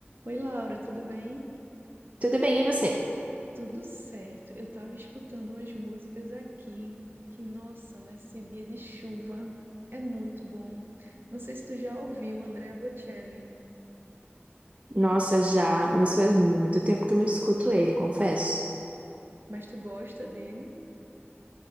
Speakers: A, on the right; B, on the right.
A: Oi, Laura, tudo bem?
B: Tudo bem, e você?
A: Tudo certo. Eu estava escutando umas músicas aqui, que, nossa, nesse dia de chuva é muito bom. Não sei se tu já ouviu Andrea Bocelli,
B: Nossa, já, mas faz muito tempo que eu não escuto ele, confesso.
A: mas tu gosta dele?